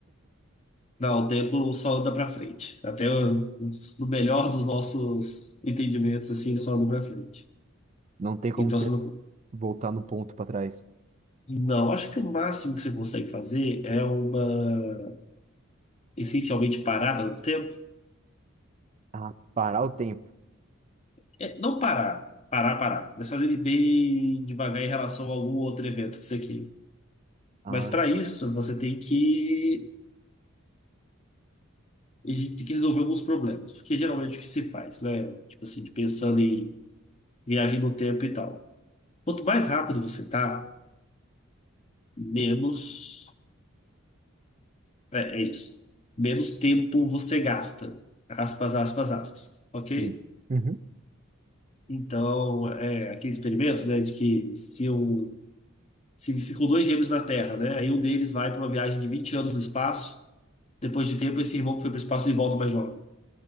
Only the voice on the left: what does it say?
Não, o tempo só anda pra frente. Até o- no melhor dos nossos entendimentos, assim, ele só anda pra frente.
Então,
você não,
não, acho que o máximo que você consegue fazer é uma essencialmente parada no tempo.
É, não parar, parar, parar, mas fazer ele bem devagar em relação a algum outro evento que você queira.
Mas para isso, você tem que, a gente tem que resolver alguns problemas, porque geralmente o que se faz, né? Tipo assim, de pensando em viagem no tempo e tal. Quanto mais rápido você tá, menos. É, é isso. Menos tempo você gasta. Aspas, aspas, aspas. Ok?
Então, é aquele experimento, né, de que se, um, se ficam dois gêmeos na Terra, né, aí um deles vai para uma viagem de 20 anos no espaço, depois de tempo esse irmão que foi para o espaço ele volta mais jovem,